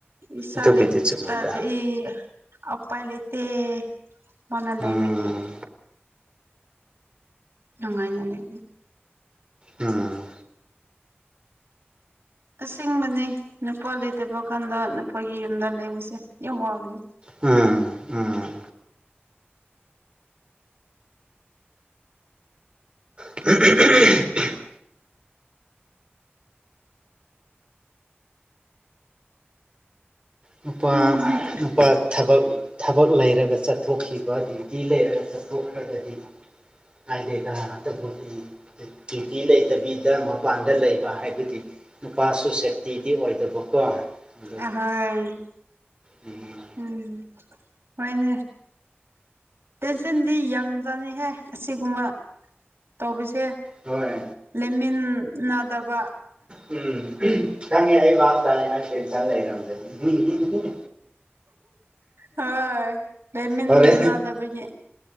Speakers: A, on the right; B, on the right.
A: ꯏꯁꯁꯂ
B: ꯑꯗꯨꯕꯨꯗꯤ
A: ꯏꯠꯇꯗꯤ
B: ꯆꯨꯝꯃꯤꯗ
A: ꯎꯄꯥꯏ ꯂꯩꯇꯦ ꯃꯥꯅ ꯂꯩꯕꯒꯤ
B: ꯎꯝ
A: ꯅꯨꯡꯉꯥꯏꯖ ꯂꯩ
B: ꯎꯝ
A: ꯑꯁꯦꯡꯕꯅꯤ ꯅꯨꯄꯥ ꯂꯩꯇꯕ ꯀꯥꯟꯗ ꯅꯨꯄꯥꯒꯤ ꯌꯨꯝꯗ ꯂꯩꯕꯁꯦ ꯌꯥꯝ ꯋꯥꯕꯅꯦ
B: ꯎꯝ ꯎꯝ <unintelligible> ꯅꯨꯄꯥ
A: ꯎꯝꯝ
B: ꯅꯨꯄꯥ ꯊꯕꯛ ꯊꯕꯛ ꯂꯩꯔꯒ ꯆꯠꯊꯣꯛꯈꯤꯕ ꯗ꯭ꯌꯨꯇꯤ ꯂꯩꯔꯒ ꯆꯠꯊꯣꯛꯈ꯭ꯔꯒꯗꯤ ꯑꯥꯏ ꯗꯦꯀ ꯍꯥꯇꯄꯣꯇ ꯗ꯭ꯌꯨꯇꯤ ꯂꯩꯇꯕꯤꯗ ꯃꯄꯥꯟꯗ ꯂꯩꯕ ꯍꯥꯏꯕꯗꯤ ꯅꯨꯄꯥꯁꯨ ꯁꯦꯞꯇꯤꯗꯤ ꯑꯣꯏꯗꯕꯀꯣ ꯑꯗꯨ
A: ꯑꯍꯣꯏ
B: ꯎꯝ ꯎꯝ
A: ꯎꯝ ꯍꯣꯏꯅꯦ ꯇꯦꯟꯁꯟꯗꯤ ꯌꯥꯝꯖꯥꯅꯤꯍꯦ ꯑꯁꯤꯒꯨꯝꯕ ꯇꯧꯕꯁꯦ
B: ꯍꯣꯏ
A: ꯂꯩꯃꯤꯟꯅꯗꯕ
B: ꯎꯝ ꯀꯃꯦ ꯄꯇ ꯍꯥꯏꯦꯅ ꯁꯤ ꯆ ꯂꯩꯔꯝꯖꯅꯤ ꯎꯝ
A: ꯍꯣꯏ ꯂꯩꯃꯤꯟꯅꯗꯕꯒꯤ
B: ꯑꯣꯔ